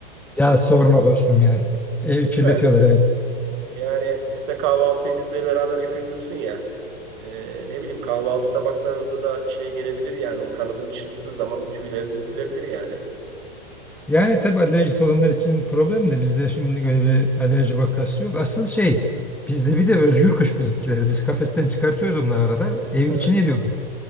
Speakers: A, on the right; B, in the centre.
A: E,
B: Ya
A: değil
B: sorma dostum ya. Evi kirletiyorlar
A: mi?
B: evet.
A: Yani mesela kahvaltıyı bizle beraber yapıyor diyorsun ya. E, ne bileyim kahvaltı tabaklarınıza da şey gelebilir yani o kanadını çırptığı zaman bir tüyleri dökülebilir yani.
B: Yani tabii alerjisi olanlar için problem de bizde şimdi böyle bir alerji vakası yok. Asıl şey bizde bir de özgür kuş bizimkiler, Biz kafesten çıkartıyoruz onları arada. Evin
A: Evet.
B: içine ediyorlar.